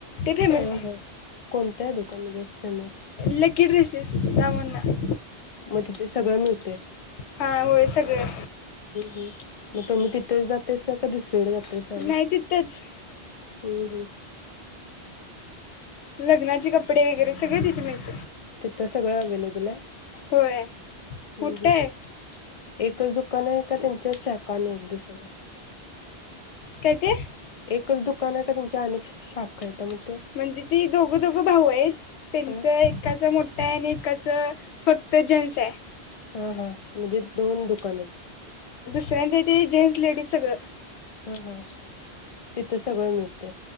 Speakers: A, on the left; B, on the left.
A: ते फेमस
B: हा हा कोणतं आहे दु म्हणजे? फेमस
A: लकी ड्रेसेस नावनं
B: मग तिथे सगळं मिळतयं
A: हा होय सगळं
B: हम् मग तुम्ही तिथे जातेसा का दुस कड जातासा आणि?
A: नाही तिथंच
B: ह ह
A: लग्नाचे कपडे वगैरे सगळे तिथे मिळत.
B: तिथं सगळं अव्हेलेबल आहे
A: होय
B: हम्म
A: मोठं
B: हम्म
A: आहे
B: एकच दुकान आहे का त्यांच्या शाखा आणि आहेत दुसऱ्या
A: कायं ते?
B: एकच दुकान आहे का त्यांची अनेक शाखा आहेता मग तो
A: म्हणजे ती दोघ दोघं भाऊ आहेत त्यांच
B: हा
A: एकाच मोठ आणि एकाच फक्त जेन्स आहे
B: हा हा म्हणजे दोन दुकान आहेत.
A: सगळ्यांच ते जेंट्स लेडीज सगळं
B: हा हा तिथं सगळं मिळतेयं.